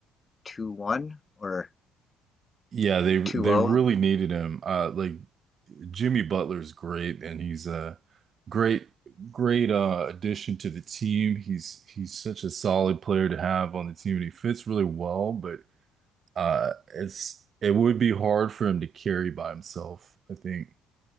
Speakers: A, on the left (about 30°); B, on the right (about 50°).
A: two one or
B: Yeah, they they
A: two zero.
B: really needed him. Uh like Jimmy Butler's great and he's a great great uh addition to the team. He's he's such a solid player to have on the team and he fits really well, but Uh, it's it would be hard for him to carry by himself, I think.